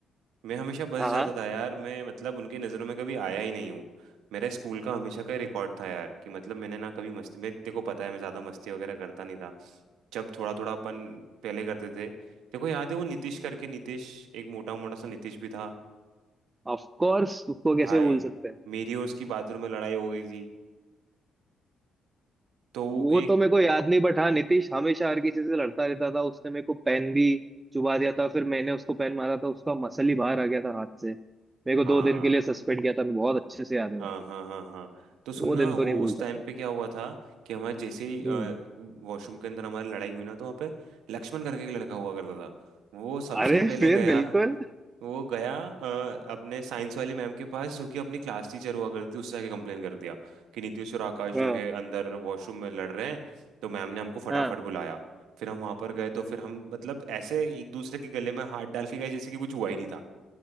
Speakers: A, on the right; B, on the right.
A: मैं हमेशा बस
B: हाँ
A: जाता था यार मैं मतलब उनकी नज़रों में कभी आया ही नहीं हूँ मेरा स्कूल का हमेशा का रिकॉर्ड था यार कि मतलब मैंने ना कभी मस्ती मैं तेरे को पता है मैं ज़्यादा मस्ती वगैरह करता नहीं था जब थोड़ा थोड़ा अपन पहले करते थे देखो याद है वो नीतीश करके नीतीश एक मोटा मोटा सा नीतीश भी था
B: ऑफ कोर्स उसको कैसे
A: भाई
B: भूल सकते हैं
A: मेरी और उसकी बाथरूम में लड़ाई हो गई थी तो वो
B: वो
A: एक
B: तो मेरे को याद नहीं बट हाँ नितिश हमेशा हर किसी से लड़ता रहता था उसने मेरे को पेन भी चुबा दिया था फिर मैंने उसको पेन मारा था उसका मसल ही बाहर आ गया था हाथ से मेरे
A: हाँ
B: को दो दिन के लिए सस्पेंड किया था मैं बहुत अच्छे से याद है
A: हाँ
B: भाई
A: हाँ हाँ हाँ तो सुनना
B: वो दिन
A: वो
B: तो नहीं भूल
A: उस
B: सकता
A: टाइम पे क्या हुआ था कि हमारे जैसे ही
B: हम्म
A: वॉशरूम के अंदर हमारी लड़ाई हुई ना तो वहाँ पे लक्ष्मण करके एक लड़का हुआ करता था वो सबसे
B: अरे
A: पहले
B: फिर
A: गया
B: बिल्कुल
A: वो गया अ, अपने साइंस वाली मैम के पास जो कि अपनी क्लास टीचर हुआ करती थी उससे आके कंप्लेन कर दिया कि नीतीश और आकाश
B: हाँ
A: जो है अंदर वॉशरूम में लड़ रहे हैं तो मैम ने हमको फटाफट
B: हाँ
A: बुलाया फिर हम वहां पर गए तो फिर हम मतलब ऐसे एक दूसरे के गले में हाथ डाल के गए जैसे कि कुछ हुआ ही नहीं था